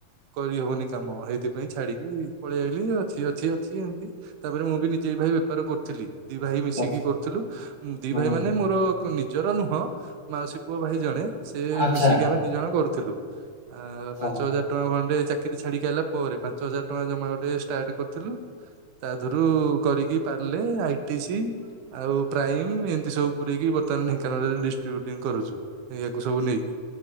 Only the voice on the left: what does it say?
ଆଚ୍ଛା।
ହୁଁ।
ଆଚ୍ଛା।
ଓହୋ